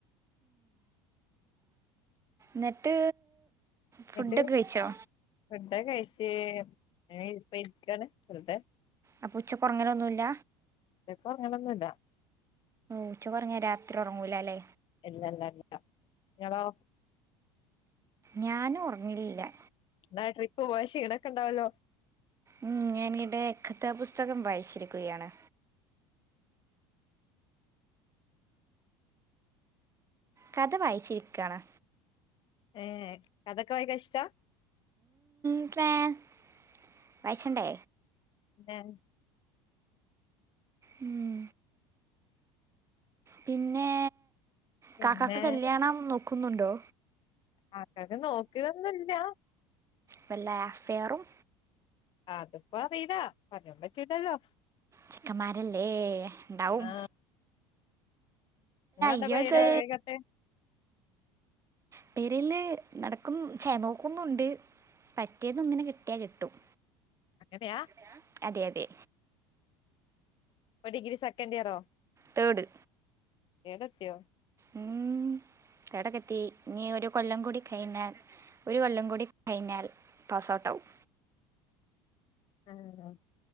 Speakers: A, on the right (about 25°); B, on the left (about 45°).
A: ന്നട്ട് ഫുഡൊക്കെ
B: എന്നിട്ട്
A: കഴിച്ചോ?
B: ഫുഡൊക്കെ കഴിച്ച് ങ്ങനെ പ്പൊ ഇര്ക്കാണ് വെർതെ.
A: അപ്പൊ ഉച്ചക്ക് ഒർങ്ങലൊന്നുല്ല.
B: ഉച്ചക്ക് ഒർങ്ങലൊന്നുല്ല.
A: ഉച്ചക്ക് ഒർങ്ങിയാ രാത്രി ഒർങ്ങൂലാല്ലെ.
B: ഇല്ല ഇല്ല ഇല്ല നിങ്ങളോ
A: ഞാനും ഒർങ്ങലില്ലാ.
B: ഇങ്ങളെ ട്രിപ്പ് പോയ ക്ഷീണൊക്കെണ്ടാവല്ലോ.
A: ഉം ഞാനിടെ കഥാ പുസ്തകം വായിച്ചിരിക്കുകയാണ്. കഥ വായിച്ചിരിക്കാണ്.
B: ഏഹ് കഥക്കെ വായിക്കാ ഇഷ്ടാ
A: <unintelligible> വായിച്ചണ്ടേ
B: ന്നേ
A: ഉം പിന്നെ
B: പിന്നെ
A: കാക്കാക്ക് കല്യാണം നോക്കുന്നുണ്ടോ
B: ആകാക്കാക്ക് നോക്കിയതൊന്നുമില്ല
A: വല്ല ആഫെയറും
B: അതിപ്പോ അറീല്ലാ പറയ പറ്റിട്ടല്ലോ
A: ചിക്കന്മാരല്ലേ ഇണ്ടാവും
B: ആ നിങ്ങളെന്താ
A: ഇയാളത്
B: പെരേല് ആലോയിക്കാത്ത
A: പേരില് നടക്കും ചെ നോക്കുന്നുണ്ട് പറ്റിയത് ഒന്നിനെ കിട്ടിയാ കെട്ടും
B: അങ്ങനെയാ
A: ഞാൻ അതെ അതെ
B: ഇപ്പ ഡിഗ്രി സെക്കൻഡ് ഇയറോ
A: തേട്
B: തേട് എത്തിയോ
A: ഉം തേടക്കെത്തി നീ ഒരു കൊല്ലം കൂടി കഴിഞ്ഞാൽ ഒരു കൊല്ലം കൂടി കഴിഞ്ഞാൽ പാസ് ഔട്ട് ആവും
B: ആ